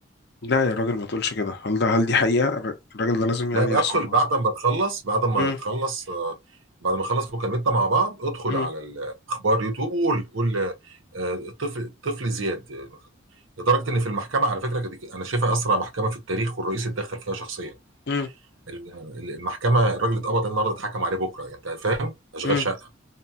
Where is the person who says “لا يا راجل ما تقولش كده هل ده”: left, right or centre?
Left